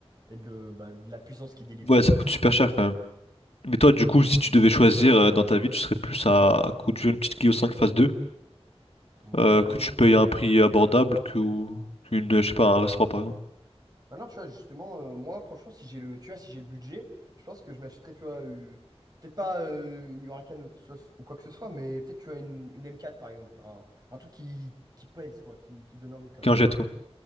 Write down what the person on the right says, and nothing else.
et de, bah, de la puissance qu'ils délivrent.
Ouais,
ou...
Maintenant, tu vois, justement, euh, moi, franchement, si j'ai le, tu vois, si j'ai le budget, je pense que je m'achèterais, tu vois, euh, peut-être pas euh, une Huracan ou, que ce soit- ou quoi que ce soit, mais peut-être, tu vois, une, une M4, par exemple. Un, un truc qui, qui pèse, quoi, qui, qui donne envie, quand
même.